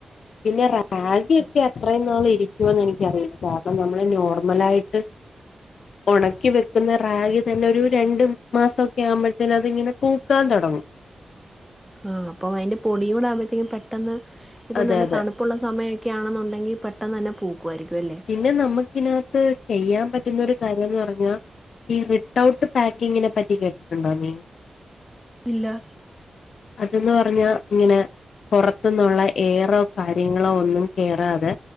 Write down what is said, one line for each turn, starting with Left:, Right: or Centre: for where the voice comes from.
Left: പിന്നെ റാ റാഗിയൊക്കെ
Centre: ഓക്കെ
Left: അത്രയും നാള് ഇരിക്കുവോന്ന് എനിക്കറിയില്ല കാരണം നമ്മള് നോർമലായിട്ട് <inaudible> ഉണക്കി വെക്കുന്ന റാഗ് തന്നെ ഒരു രണ്ടു മാസൊക്കെ ആവുമ്പോഴത്തേനും അതിങ്ങനെ പൂക്കാൻ തൊടങ്ങും
Centre: ആഹ് അപ്പം അതിൻ്റെ പൊടിയും കൂടെ ആവുമ്പോഴത്തേക്കും പെട്ടെന്ന് ഇപ്പം
Left: അതെ
Centre: നല്ല
Left: അതെ
Centre: തണു പ്പുള്ള സമയമക്കെയാണെന്നുണ്ടെങ്കിൽ പെട്ടെന്ന് തന്നെ പൂക്കുമായിരിക്കും ല്ലേ
Left: പിന്നെ നമുക്കിതിനകത്ത് ചെയ്യാൻ പറ്റുന്നാ ഒരു കാര്യംന്ന് പറഞ്ഞാൽ ഈ റിട്ടഔട്ട് പാക്കിങ്ങിനെ പറ്റി കേട്ടിട്ടുണ്ടോ നീ
Centre: ഇല്ല
Left: അതന്ന് പറഞ്ഞാ ഇങ്ങനെ പൊറത്തുന്നുള്ള ഏറോ കാര്യങ്ങളോ ഒന്നും കേറാതെ